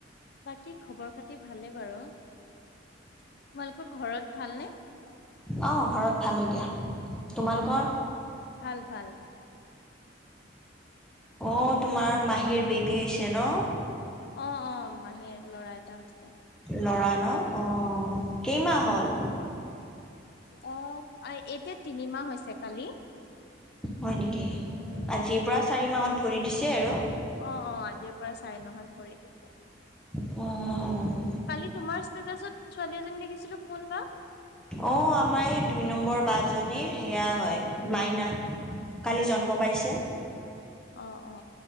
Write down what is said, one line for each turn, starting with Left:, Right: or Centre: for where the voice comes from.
Left: বাকী খবৰ খাতি ভালে বাৰু। তোমালোকৰ ঘৰত ভালনে?
Centre: অ ঘৰত ভালো দিয়া তোমালোকৰ
Left: উম! ভাল, ভাল।
Centre: অ'!। অ'! তোমাৰ মাহী ৰ বেবী হৈছে ন'?
Left: অ', অ', মাহীৰ ল'ৰা এটা হৈছে।
Centre: ল'ৰা। ন' অ'! কেইমাহ হ'ল?
Left: অ'! এতিয়া তিনিমাহ হৈছে কালি।
Centre: হয় নেকি?
Left: উম,
Centre: আজিৰ পৰা চাৰি মাহত ভৰি দিছে আৰু।
Left: অ'! অ'! আজিৰ পৰা চাৰি মাহত ভৰি দিছে।
Centre: অঁ!
Left: কালি তোমাৰ ষ্টেটাছত ছোৱালী এজনী দেখিছিলোঁ কোন বা?
Centre: অ আমাৰ এই দুই নম্বৰ বা জনীৰ সেয়া হয় মাইনা
Left: অ
Centre: কালি জন্ম
Left: অ
Centre: পাইছে
Left: অ অ